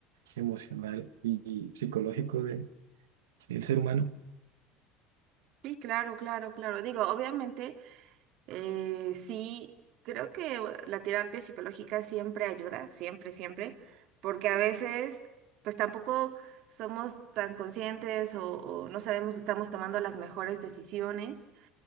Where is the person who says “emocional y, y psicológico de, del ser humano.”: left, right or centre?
Right